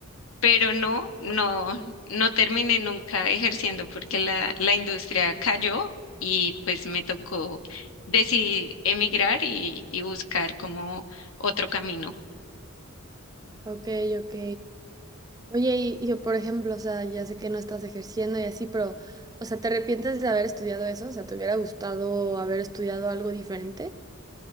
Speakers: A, on the left; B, on the right.
A: pero no, no, no terminé nunca ejerciendo porque la, la industria cayó y pues me tocó decidir emigrar y, y buscar como otro camino.
B: Ok, ok. Oye, y, y yo, por ejemplo, o sea, ya sé que no estás ejerciendo y así, pero, o sea, ¿te arrepientes de haber estudiado eso? O sea, ¿te hubiera gustado haber estudiado algo diferente?